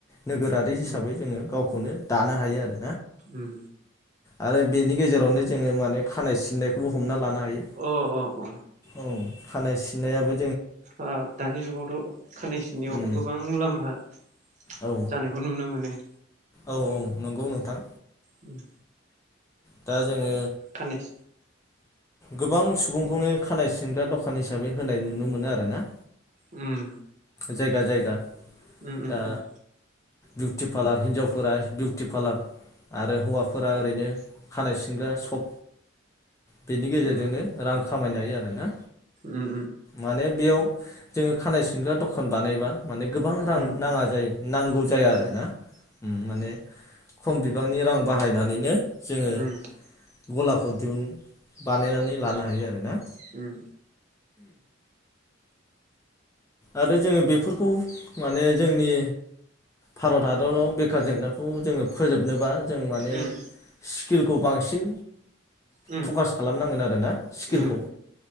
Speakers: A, on the left (about 15°); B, on the right (about 40°).
A: नोगोरारि हिसाबै
B: उम
A: जोङो गावखौ खौनो दानो हायो आरो
B: उम
A: आरो बेनि गेजेरावनो जोङो माने खानाय सिननायखौबो हमना लानो हायो
B: अ अ अ
A: औ खानाय सिनायाबो
B: ओ दानि जुगावथ' खानाय सिननाययाव
A: उम
B: गोबां मुलाम्फा जानायखौ
A: औ
B: नुनो मोनो।
A: औ औ नंगौ नोंथां।
B: उम
A: दा जोङो
B: खानाय
A: गोबां सुबुंखौनो खानाय सिनग्रा द'खान हिसाबै होनाय नुनो मोनो आरो ना?
B: उम
A: जायगा जायगा
B: उम उम
A: दा
B: उम
A: बिउटि पालार हिनजावफोरा बिउटि पालार आरो हौवाफोरा ओरैनो खानाय सिनग्रा सब बेनि गेजेरजोंनो
B: उम
A: रां खामायनो हायो आरो ना
B: उम
A: माने बेयाव जोङो खानाय सिनग्रा द'खान बानायबा माने गोबां रां
B: उम
A: नाङा जायो नांगौ जाया
B: उम
A: आरोना
B: उम
A: माने खम बिबांनि रां बाहायनानैनो जोङो
B: उम
A: गलाखौ दिहुन बानायनानै लानो हायो आरो ना।
B: उम
A: आरो जोङो बेफोरखौ माने जोंनि भारत हादराव बेखार जेंनाखौ जोङो फोजोबनोबा जों माने
B: उम
A: स्किलखौ बांसिन
B: उम
A: फकास खालामनांगोन आरो ना स्किलखौ
B: उम